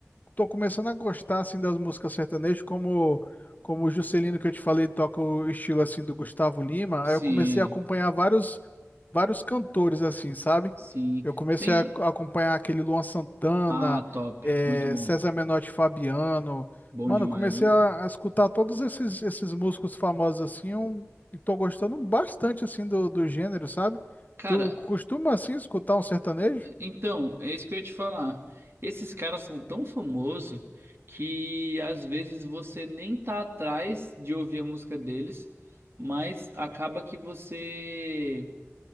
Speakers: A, on the left; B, on the right.
A: tô começando a gostar assim das músicas sertanejas, como como o Juscelino que eu te falei toca o estilo assim do Gustavo Lima.
B: Sim,
A: Aí eu comecei a acompanhar vários vários cantores assim, sabe?
B: sim.
A: Eu comecei
B: Tem.
A: a ac- acompanhar aquele Luan Santana,
B: Ah, top.
A: eh,
B: Muito bom.
A: César Menotti e Fabiano.
B: Bom
A: Mano,
B: demais,
A: eu comecei
B: né?
A: a, a escutar todos esses esses músicos famosos assim, um- e tô gostando bastante assim do, do gênero, sabe?
B: Cara,
A: Tu costuma assim escutar um sertanejo?
B: Então, é isso que eu ia te falar. Esses caras são tão famosos que às vezes você nem tá atrás de ouvir a música deles, mas acaba que você.